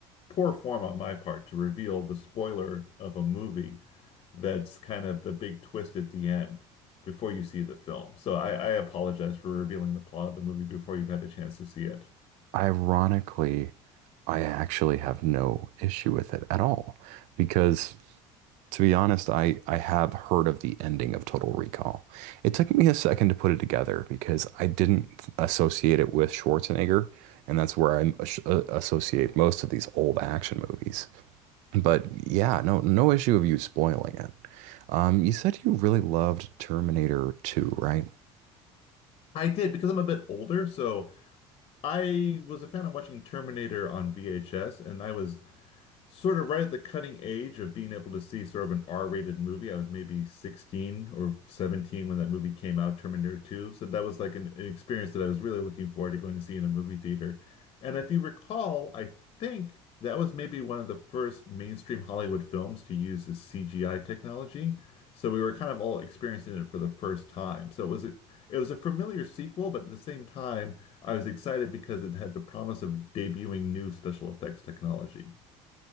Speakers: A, on the left; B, on the right.
A: poor form on my part to reveal the spoiler of a movie that's kind of the big twist at the end before you see the film. So I, I apologize for revealing the plot of the movie before you've had a chance to see it.
B: Ironically, I actually have no issue with it at all because to be honest, I I have heard of the ending of Total Recall. It took me a second to put it together because I didn't associate it with Schwarzenegger, and that's where I as- uh, associate most of these old action movies. But yeah, no no issue of you spoiling it. Um, you said you really loved Terminator 2, right?
A: I did because I'm a bit older, so I was a fan of watching Terminator on VHS, and I was sort of right at the cutting edge of being able to see sort of an R-rated movie. I was maybe 16 or 17 when that movie came out, Terminator 2. So that was like an, an experience that I was really looking forward to going to see in a movie theater. And if you recall, I think that was maybe one of the first mainstream Hollywood films to use this CGI technology. So we were kind of all experiencing it for the first time. So it was a, it was a familiar sequel, but at the same time, I was excited because it had the promise of debuting new special effects technology.